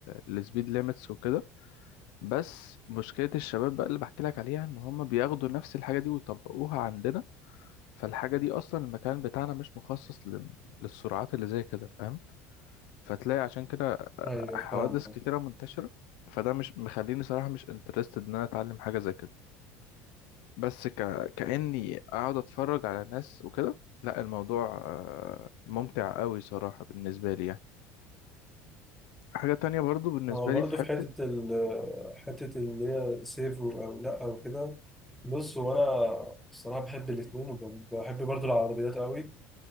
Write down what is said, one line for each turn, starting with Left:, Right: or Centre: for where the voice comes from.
Left: السبيد ليميتس وكده بس مشكلة الشباب بقى اللي بحكي لك عليها ان هم بياخدوا نفس الحاجة دي ويطبقوها عندنا فالحاجة دي اصلا المكان بتاعنا مش مخصص لل- للسرعات اللي زي كده فاهم فتلاقي عشان كده
Centre: ايوه
Left: حوادث
Centre: فاهم
Left: كتيرة منتشرة فده مش مخليني صراحة مش انترستد ان انا اتعلم حاجة زي كده بس ك... كأني اقعد اتفرج على ناس وكده لا الموضوع آه، ممتع قوي صراحة بالنسبة لي يعني حاجة تانية برضو بالنسبة
Centre: هو برضه
Left: لي في حتة
Centre: في حتة ال حتة اللي هي سيف و- أو لأ أو كده بص هو أنا الصراحة بحب الاتنين وبحب برضه العربيات قوي